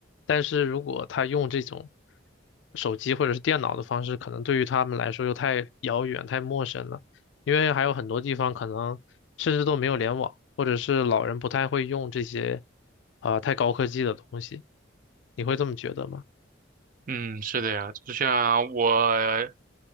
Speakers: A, on the left; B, on the right.
A: 但是如果他用这种手机或者是电脑的方式，可能对于他们来说又太遥远、太陌生了。因为还有很多地方可能甚至都没有联网，或者是老人不太会用这些，啊太高科技的东西。你会这么觉得吗？
B: 嗯，是的呀，就像我，